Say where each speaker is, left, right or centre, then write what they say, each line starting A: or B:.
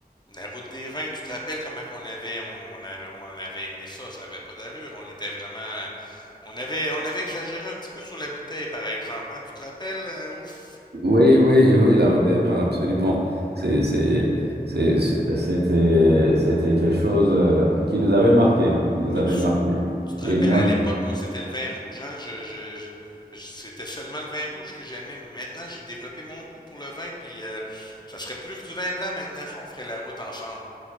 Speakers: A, on the left; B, on the right.
A: La route des vins, tu te rappelles comment qu'on avait, on avait, on avait aimé ça. Ça avait pas d'allure. On était vraiment. On avait, on avait exagéré un petit peu sur la bouteille, par exemple. hein. Tu te rappelles? euh, Ouf.
B: Oui, oui, oui, la Haute des Vins, absolument. C'est, c'est, c'est- c'est- c'était, c'était quelque chose euh, qui nous avait marqué, qui nous
A: Mais
B: avait
A: tu,
B: marqué.
A: Tu te
B: Et
A: rappelles,
B: moi,
A: à
B: je-
A: l'époque, moi, c'était le vin rouge, hein? Je, je, je- je- c'était seulement le vin rouge que j'aimais, mais maintenant, j'ai développé mon goût pour le vin, puis euh, ça serait plus du vin blanc maintenant si on ferait la route ensemble.